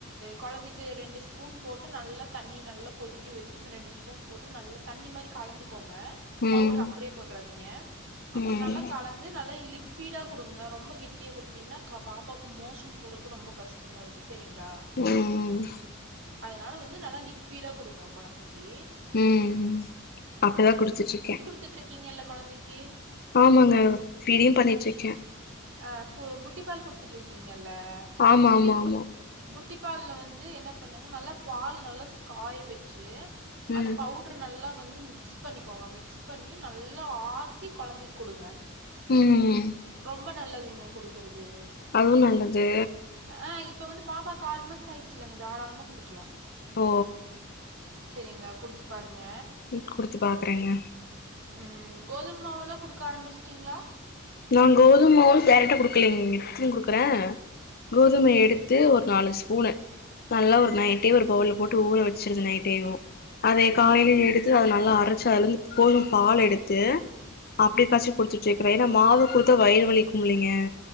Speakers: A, on the right (about 65°); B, on the left (about 45°).
A: கொழந்தைக்கு ரெண்டு ஸ்பூன் போட்டு நல்லா தண்ணிய நல்லா கொதி க்க வெச்சு இந்த ரெண்டு ஸ்பூன் போட்டு நல்லா தண்ணி மாரி கலந்துக்கோங்க.
B: ம்
A: பவுட்ரு அப்டியே போட்றாதிங்க. அப்புற்
B: ம்
A: நல்லா கலந்து நல்லா லிக் விடா குடுங்க ரொம்ப கெட்டியா குடுத்திங்ன்னா க பாப்பாக்கு மோஷன் போறக்கு ரொம்ப கஷ்டமாரு க்கு செரிங்ளா?
B: ம் ம்
A: அதனால வந்து நல்லா லிக்விடா குடுங்க கொழந்திக்கி.
B: ம் ம் அப்டிதா குடுத்துட்ருக்கே.
A: த்துட்ருக்கிங்கள்ல கொழந்தைக்கி
B: ஆமாங்க ஃபீடியு பண்ணிட்ருக்கே.
A: ஆ ஃபு புட்டி பால் குடுத்துட்ருக்கீங்கள்ல
B: ஆமா
A: புட்டிப்
B: ஆமா ஆமா
A: புட்டி பால்ல வந்து என்ன பண்ணுங்க நல்லா பால் நல்லாஸ் காய வெச்சு
B: ம்
A: அந்த பவு டர் நல்லா வந்து மிக்ஸ் பண்ணிக்கோங்க மிக்ஸ் பண்ணி நல்லா ஆத்தி கொழந்தைக் குடுங்க.
B: ம் ம் ம்.
A: ரொம்ப நல்லதுங்க குடுக்கறது.
B: அதுவு நல்லது.
A: ஆ இப்ப வந்து பாப்பாக்கு ஆறு மாச ஆயிட்ச்சுல்லங்க தாராள்மா குடுக்லா.
B: போ
A: செரிங்ளா குடுத்து பாருங்க.
B: டி குடுத்து பாக்கறேங்க.
A: ம் கோதும் மாவெல்லா குடுக்க ஆரம்பிச்ட்டிங்ளா?
B: நா கோதும் மாவு டைரக்ட்டா குடுக்கலைங் இட்லிங் குடுக்குறே. கோதும எடுத்து ஒரு நாலு ஸ்பூனு நல்லா ஒரு நைட்டே ஒரு பவுல்ல போட்டு ஊற வெச்சிருங்க நைட்டேவு. அதைய காலைல எடுத்து அத நல்லா அரைச்சு அதுலந்து கோதும் பால் எடு த்து அப்டி காய்சி குடிச்சிட்ருக்கறே ஏனா மாவு குடுத்தா வயிறு வலிக்கும் இல்லீங்க.